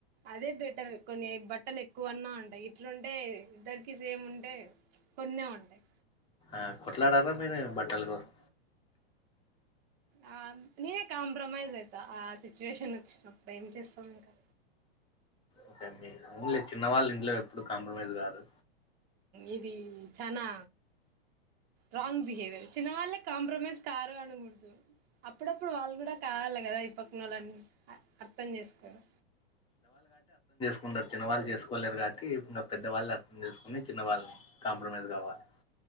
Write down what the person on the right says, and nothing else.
అదే బెటర్ కొన్ని బట్టలు ఎక్కువన్నా ఉంటాయి. ఇట్లుంటే ఇద్దరికి సేమ్ ఉంటే కొన్నే ఉంటాయి.
ఆ నేనే కాంప్రమైజ్ అయితా ఆ సిచ్యువేషన్ వచ్చినప్పుడు ఏం చేస్తాం ఇంకా
ఇది చానా రాంగ్ బిహేవియర్ చిన్న వాళ్ళే కాంప్రమైజ్ కారు అనకూడదు అప్పుడప్పుడు వాళ్ళు కూడా కావాలి కదా ఇప్పుకునాలన్నీ అ అర్తం చేసుకోరు